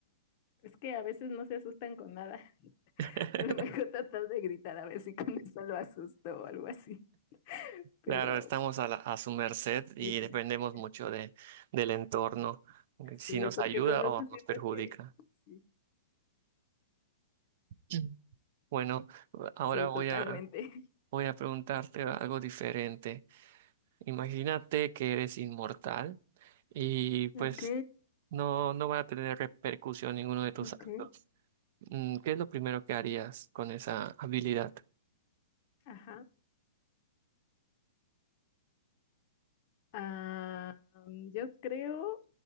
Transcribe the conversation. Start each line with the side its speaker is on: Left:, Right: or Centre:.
Left: es que a veces no se asustan con nada, <laughs>
Right: <laughs>
Left: a lo mejor tratar de gritar a ver si con eso lo asusto o algo así, pero
Right: Claro, estamos a, la- a su merced y
Left: sí, porque,
Right: dependemos mucho de, del entorno, si
Left: sí,
Right: nos
Left: porque
Right: ayuda
Left: correr
Right: o
Left: pues
Right: nos
Left: siento
Right: perjudica.
Left: que sí,
Right: <clears throat> Bueno, ahora
Left: sí,
Right: voy
Left: totalmente.
Right: a, voy a preguntarte algo diferente. Imagínate que eres inmortal y pues
Left: Ok,
Right: no, no va a tener repercusión ninguno de tus
Left: ok.
Right: actos. Mm, ¿Qué es lo primero que harías con esa habilidad?
Left: Ajá. Ah, yo creo,